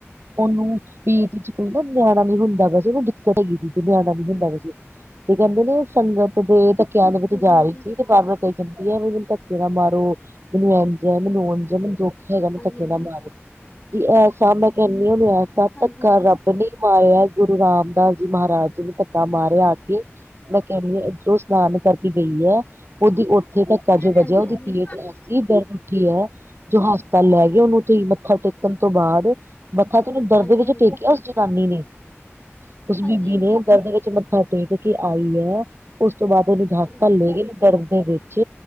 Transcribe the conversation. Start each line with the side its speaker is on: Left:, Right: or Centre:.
Right: ਉਹਨੂੰ ਸੀਟ ਚ ਕੋ ਨਾ ਨਿਆਣਾ ਨੀ ਹੁੰਦਾ, ਵੈਸੇ ਉਹਨੂੰ ਦਿੱਕਤ ਹੈਗੀ ਸੀ ਤੇ ਨਿਆਣਾ ਨ ਹੁੰਦਾ ਵੈਸੇ ਤੇ ਕਹਿੰਦੇ ਨੇ ਸ ਦੇ ਧੱਕਿਆਂ ਦੇ ਵਿੱਚ
Left: ਹਾਂਜੀ
Right: ਜਾ
Left: ਹਾਂਜੀ
Right: ਰਹੀ ਸੀ,
Left: ਹਾਂਜੀ
Right: ਤੇ ਵਾਰ-ਵਾਰ ਕਹੀ ਜਾਂਦੀ ਆ ਵੀ ਮੈਨੂੰ ਧੱਕੇ ਦਾ ਮਾਰੋ ਮੈਨੂੰ ਜਿ ਮੈਨੂੰ ਰੋਣ ਮੈਨੂੰ ਦੁੱਖ ਹੈਗਾ, ਮੈਨੂੰ
Left: ਹਾਂਜੀ
Right: ਧੱਕੇ ਨਾ
Left: ਹਾਂਜੀ
Right: ਮਾਰੋ ਜੇ ਐਸਾ ਮੈਂ ਕਹਿੰਦੀ ਹੋ, ਐ ਐਸਾ
Left: ਹਾਂਜੀ
Right: ਧੱਕਾ ਰੱਬ ਨੇ ਮਾਰਿਆ ਗੁਰੂ ਰਾਮਦਾਸ ਜੀ ਮਹਾਰਾਜੀ ਨੇ। ਧੱਕਾ ਮਾਰਿਆ ਆ ਕੇ ਮੈਂ ਕਹਿਣੀ ਇੱਧਰੋਂ ਸਨਾਨ ਕਰਕੇ ਗਈ ਹੈ, ਉਹਦੀ ਉੱਥੇ ਧੱਕਾ ਜੋ ਵਜਿਆ
Left: ਹਾਂਜੀ
Right: ਉਹਦੀ
Left: ਹਾਂਜੀ ਹਾਂਜੀ
Right: ਪੇਟ
Left: ਹਾਂਜੀ
Right: ਐਸੀ ਦਰਦ ਉਠੀ ਹੈ, ਜੋ ਹਸਪਤਾਲ ਲੈ ਗਏ ਉਹਨੂੰ <unintelligible> ਟੇਕਣ ਤੋਂ ਬਾਅਦ ਮੱਥਾ ਕਿੰਨੀ ਦਰਦ
Left: ਹਾਂਜੀ
Right: ਵਿੱਚ ਟੇਕਿਆ ਉਸ ਜਤਾਨੀ ਨੇ। ਉਸ
Left: ਹਾਂਜੀ
Right: ਬੀਬੀ
Left: ਹਾਂਜੀ
Right: ਨੇ ਦਰਦ ਵਿੱਚ ਮੱਥਾ ਟੇਕ ਕੇ ਆਈ ਹੈ। ਉਸ ਤੋਂ ਬਾਅਦ ਉਹਨੂੰ ਘਰ
Left: ਹਾਂਜੀ
Right: ਤਾਂ ਲੈ ਗੇ ਦਰਦ ਦੇ ਵਿੱਚ,